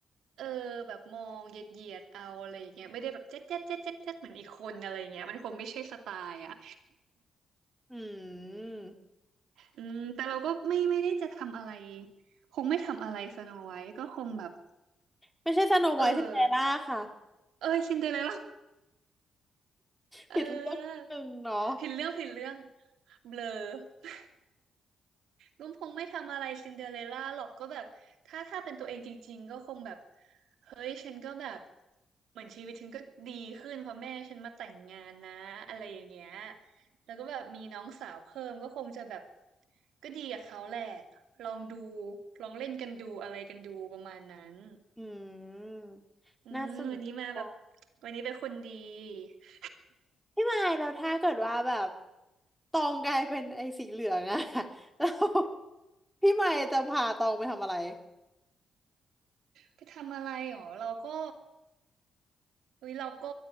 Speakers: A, on the right; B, in the centre.
A: เออแบบมองเหยียดเหยียดเอาอะไรอย่างเงี้ยไม่ได้แบบเจ๊ดเจ๊ดเจ๊ดเจ๊ดเจ๊ดเหมือนอีกคนอะไรอย่างเงี้ยมันคงไม่ใช่สไตล์อ่ะ
B: อืม
A: อืมแต่เราก็ไม่ไม่ได้จะทำอะไรคงไม่ทำอะไรสโนไวท์ก็คงแบบ
B: ไม่ใช่สโนไวท์ซินเดอเรลล่าค่ะ
A: เออเออซินเดอเรลล่าเออ
B: ผิดเรื่องหนึ่งเนาะ
A: ผิดเรื่องผิดเรื่องเบลอ ลุงพงษ์ไม่ทำอะไรซินเดอเรลล่าหรอกก็แบบถ้าถ้าเป็นตัวเองจริงๆก็คงแบบเฮ้ยฉันก็แบบเหมือนชีวิตฉันก็ดีขึ้นเพราะแม่ฉันมาแต่งงานนะอะไรอย่างเงี้ยแล้วก็แบบมีน้องสาวเพิ่มก็คงจะแบบก็ดีกับเขาแหละลองดูลองเล่นกันดูอะไรกันดูประมาณนั้น
B: อืม
A: อืมวันนี้มาแบบ
B: น่าสนใจ
A: วันนี้เป็นคนดี <laughs>
B: พี่มายแล้วถ้าเกิดว่าแบบตองกลายเป็นไอ้สีเหลืองอะ <laughs> แล้วพี่มายจะพาตองไปทำอะไร
A: ไปทำอะไรหรอเราก็เฮ้ยเราก็